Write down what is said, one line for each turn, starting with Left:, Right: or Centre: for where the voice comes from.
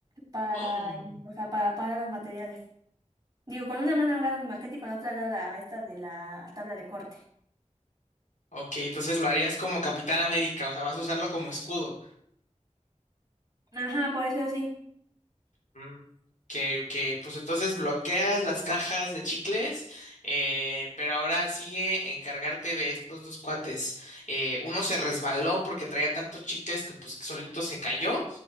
Right: para,
Left: Oh.
Right: o sea, para, para los materiales. Digo, con una mano hago mi maqueta y con la otra hago la, esta de la tabla de corte.
Left: Ok, entonces lo harías como Capitán América, o sea, vas a usarlo como escudo.
Right: Ajá, por eso es así.
Left: Mm, Que, que pues entonces bloqueas las cajas de chicles, eh, pero ahora sigue encargarte de estos dos cuates. Eh, uno se resbaló porque traía tantos chicles que pues solito se cayó,